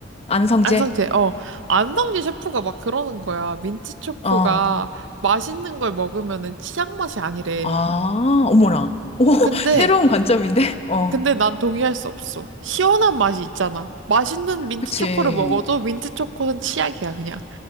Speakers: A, on the left (about 35°); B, on the right (about 75°).
A: 안성재?
B: 안성재. 어, 안성재 셰프가 막 그러는 거야. 민트 초코가
A: 어,
B: 맛있는 걸 먹으면은 치약 맛이 아니래.
A: 아, 어머나. 오, <laughs>
B: 근데
A: 새로운 관점인데? 어,
B: 근데 난 동의할 수 없어. 시원한 맛이 있잖아. 맛있는 민트
A: 그치.
B: 초코를 먹어도 민트 초코는 치약이야, 그냥.